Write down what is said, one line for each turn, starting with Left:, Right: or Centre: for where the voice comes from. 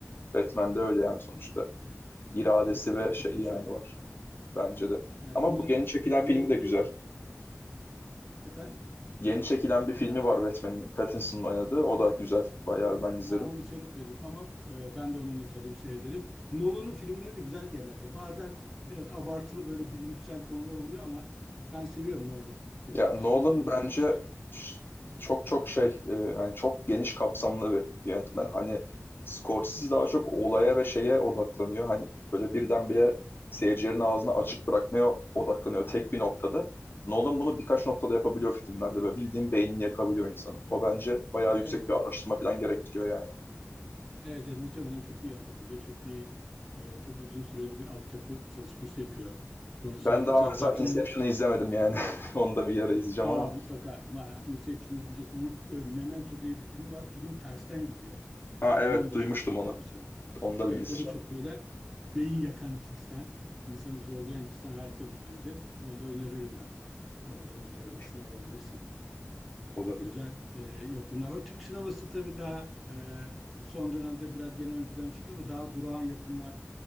Left: Batman'de
Centre: Evet,
Left: öyle yani
Centre: evet.
Left: sonuçta. İradesi
Centre: Batman
Left: ve
Centre: de çok
Left: şeyi
Centre: başarılı.
Left: yani var. Bence de.
Centre: Evet,
Left: Ama
Centre: Nolan,
Left: bu yeni çekilen
Centre: Nolan'ın
Left: filmi de güzel.
Centre: yap efendim
Left: Yeni çekilen bir filmi var Batman'in. Pattinson'ın oynadığı. O da güzel. Bayağı ben izledim.
Centre: Ha, onu seyretmedim ama e, ben de onu not alayım seyredelim. Nolan'ın filmleri de güzel genelde. Bazen biraz abartılı böyle bilimsel konular oluyor ama ben seviyorum Nolan'ın filmleri.
Left: Ya Nolan
Centre: Christopher Nolan'ın
Left: bence
Centre: işte
Left: ş- çok çok şey e, yani çok geniş kapsamlı bir yönetmen. Hani Scorsese daha çok olaya ve şeye odaklanıyor. Hani böyle birdenbire seyircilerin ağzını açık bırakmaya odaklanıyor tek bir noktada. Nolan bunu birkaç noktada yapabiliyor filmlerde ve bildiğin beynini yakabiliyor insanın. O bence bayağı yüksek
Centre: evet
Left: bir
Centre: evet.
Left: araştırma falan gerektiriyor yani.
Centre: Evet, evet, muhtemelen çok iyi hazırlanıyor. Çok iyi e, çok uzun süreli bir altyapı çalışması yapıyor. Bu konuda sana
Left: Ben
Centre: katılıyorum.
Left: daha mesela
Centre: Zaten
Left: Inception'ı
Centre: onun
Left: izlemedim yani. <laughs> Onu da bir ara izleyeceğim
Centre: Aa
Left: ama.
Centre: mutlaka. Ma, Inception izleyeceksin. Onu e, Memento diye bir filmi var. Film tersten gidiyor.
Left: Ha
Centre: Sondan
Left: evet
Centre: başa
Left: duymuştum
Centre: doğru gidiyor
Left: onu.
Centre: mesela.
Left: Onu da
Centre: Evet,
Left: bir izleyeceğim.
Centre: o da çok böyle beyin yakan cinsten, insanı zorlayan cinsten harika bir filmdi. Onu da öneririm ben. E, onu da notlar
Left: Olabilir.
Centre: arasına alabilirsin. E,
Left: Olabilir.
Centre: güzel e, yapımlar var. Türk sineması tabii daha e, son dönemde biraz gene ön plana çıktı ama daha durağan yapımlar